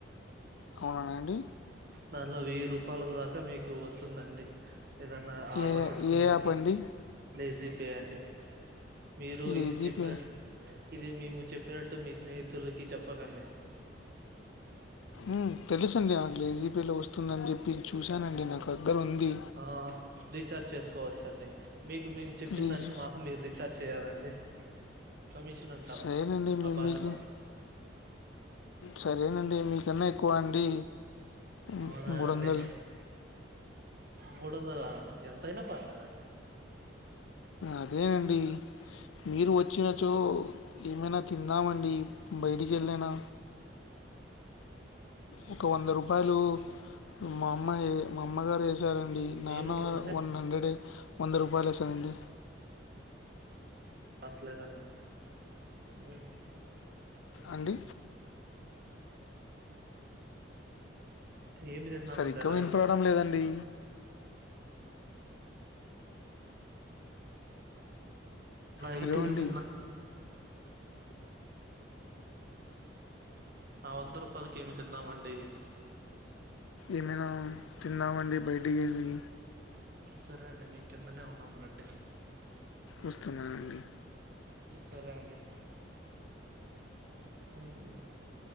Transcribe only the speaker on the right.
దానిలో వెయ్యి రూపాయల దాకా మీకు వస్తుందండి ఏదన్నా ఆర్డర్
పెట్కునేకి
లేజి పే అండి మీరు
ఇది చెప్పిన
ఇది మేము చెప్పినట్టు మీ స్నేహితులుకి చెప్పకండి
ఆ రీఛార్జ్ చేసుకోవచ్చండి మీకు మీ చెప్పిన
దానికి మాకు మీరు రీఛార్జ్ చేయాలండి కమిషన్ అంటాం
మా
భాషలో
అవునా
అండి
మూడు వందలా ఎంతైనా పర్లేదండ్
మేము
కిందనే
పట్లేదన్ ఊ
ఏమి తిన్నామండి
అలా
అయితే
నైటేమిన్నా
ఆ వంద రూపాలకి ఏమి తిందామండి?
ఉమ్ సరే అండి మీ కిందనే ఉన్నాం రండి
సరే అండి నైస్